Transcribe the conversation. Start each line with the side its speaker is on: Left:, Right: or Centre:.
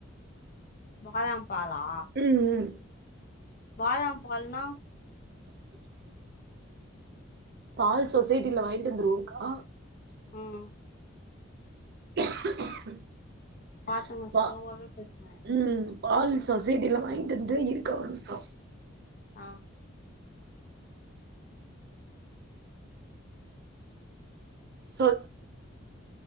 Left: பாதாம் பாலா?
Right: ம் ம்
Left: பாதாம் பால்னா?
Right: பால் சொசைட்டில வாங்கிட்டு வந்துருவோக்கா.
Left: ம்
Right: <unintelligible>
Left: பாத்துங்க
Right: பா
Left: ஸ்லோவாவே பேசுங்க.
Right: ம் பால் சொசைட்டியில் வாங்கிட்டு வந்து இருக்கா ஒரு நிம்ஷொ
Left: ஆ
Right: சொ